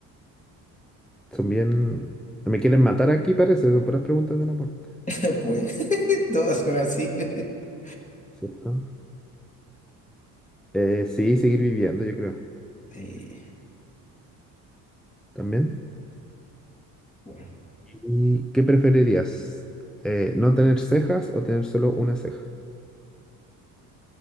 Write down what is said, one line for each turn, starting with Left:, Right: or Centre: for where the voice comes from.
Centre: Son bien... Me quieren matar aquí, parece. Son puras preguntas de la puerta.
Left: <laughs> Pues <laughs> todas son así. <laughs>
Centre: ¿Cierto? Eh, sí, seguir viviendo, yo creo.
Left: Sí,
Centre: También.
Left: bueno.
Centre: ¿Y qué preferirías? Eh, ¿no tener cejas o tener solo una ceja?